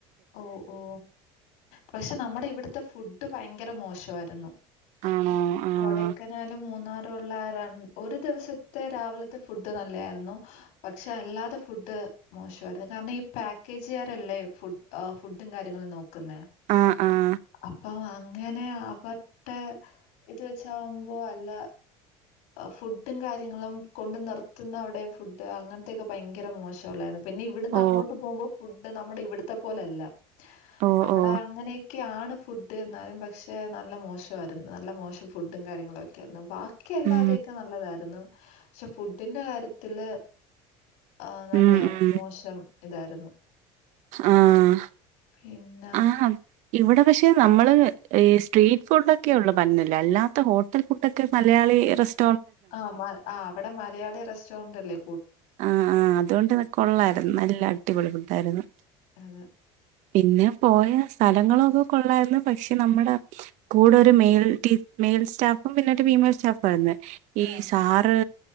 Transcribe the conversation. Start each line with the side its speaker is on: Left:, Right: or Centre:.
Left: ഓ ഓ പക്ഷെ നമ്മുടെ ഇവിടുത്തെ ഫുഡ് ഭയങ്കര മോശമായിരുന്നു
Right: ആണോ ആഹ്
Left: കൊടക്കനാല മൂന്നാറള്ള ഒരു ദിവസത്തെ രാവിലത്തെ ഫുഡ് നല്ലതായിരുന്നു പക്ഷെ അല്ലാതെ ഫുഡ് മോശമായിരുന്നു കാരണം ഈ പാക്കേജുകാരല്ലേ ഫുഡ് ആഫുഡും കാര്യങ്ങളും നോക്കുന്ന
Right: ആഹ് ആഹ്
Left: അപ്പം അങ്ങനെ അവരുടെ ഇത് വെച്ചാവുമ്പോ അല്ല ഫുഡും കാര്യങ്ങളും കൊണ്ട് നിർത്തുന്ന അവിടെ ഫുഡ് അങ്ങനത്തെക്കെ ഭയങ്കര മോശമല്ലായിരുന്നു പിന്നെ ഇവിടുന്ന്
Right: ഓ
Left: അങ്ങോട്ട് പോകുമ്പോ ഫുഡ് നമ്മുടെ ഇവിടത്തെ പോലെല്ല
Right: ഓ
Left: അവിടെ
Right: ഓ
Left: അപ്പ അങ്ങനെയൊക്കെയ ആാണ് ഫുഡ് എന്നാലും പക്ഷെ നല്ല മോശമായിരുന്നു നല്ല മോശം ഫുഡും കാര്യങ്ങളൊക്കെ ബാക്കി അല്ലാതെയൊക്കെ
Right: ഉം
Left: നല്ലതായിരുന്നു പക്ഷെ ഫുഡിന്റെ കാര്യത്തില് ആഹ നല്ല
Right: ഉം ഉം
Left: മോശം ഇതായിരുന്നു
Right: ആഹ്
Left: പിന്നെ
Right: ആ ഇവടെ പക്ഷെ നമ്മള് ഈ സ്ട്രീറ്റ് ഫുഡ് ഒക്കെ ഉള്ള പഞ്ഞില്ല അല്ലാത്ത ഹോട്ടൽ ഫുഡ്ഒ ക്കെ മലയാളി റെസ്
Left: ആഹ് മ ആഹ് അവടെ മലയാളി റെസ്റ്റോറന്റ്ല്ലെ?
Right: ആഹ് ആഹ് അതോണ്ട് കൊള്ളായിരുന്നു. നല്ല അടിപൊളി ഫുഡായിരുന്നു.
Left: അതെ.
Right: പിന്നെ പോയെ സ്ഥലങ്ങളൊക്കെ കൊള്ളായിര്ന്ന് പശെ നമ്മട- കൂടെ ഒര് മെയിൽ ടീ മെയിൽ സ്റ്റാഫും പിന്നെ ഒര് ഫീമെയിൽ സ്റ്റാഫും ആയിര്ന്നെ, ഈ
Left: ആ
Right: സാറ്